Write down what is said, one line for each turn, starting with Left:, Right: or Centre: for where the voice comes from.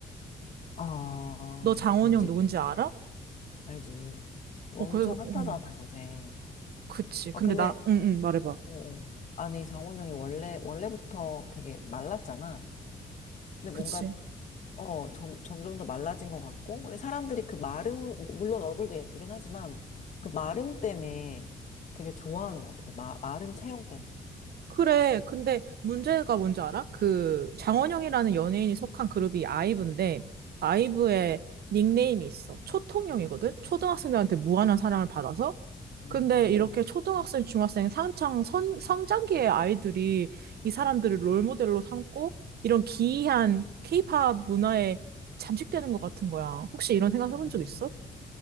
Left: 아,
Right: 너 장원영
Left: 뭔지
Right: 누군지
Left: 그거.
Right: 알아?
Left: 알지. 엄청
Right: 어, 그래서,
Left: 핫하잖아,
Right: 음,
Left: 요새.
Right: 그치.
Left: 아,
Right: 근데
Left: 근데,
Right: 나, 응, 응, 말해봐.
Left: 어, 어. 아니, 장원영이 원래, 원래부터 되게 말랐잖아. 근데 뭔가,
Right: 그치.
Left: 어, 점, 점점 더 말라진 것 같고. 근데 사람들이 그 마름, 물론 얼굴도 예쁘긴 하지만, 그 마름 때문에 되게 좋아하는 것 같아. 마, 마른 체형 때문에.
Right: 그래. 근데 문제가 뭔지 알아? 그 장원영이라는 연예인이 속한 그룹이 아이브인데 아이브의 닉네임이 있어. 초통령이거든. 초등학생들한테 무한한 사랑을 받아서.
Left: 음,
Right: 근데 이렇게 초등학생, 중학생, 한창 선, 성장기의 아이들이 이 사람들을 롤모델로 삼고 이런 기이한 케이팝 문화에 잠식되는 것 같은 거야. 혹시 이런 생각 해본
Left: 음.
Right: 적 있어?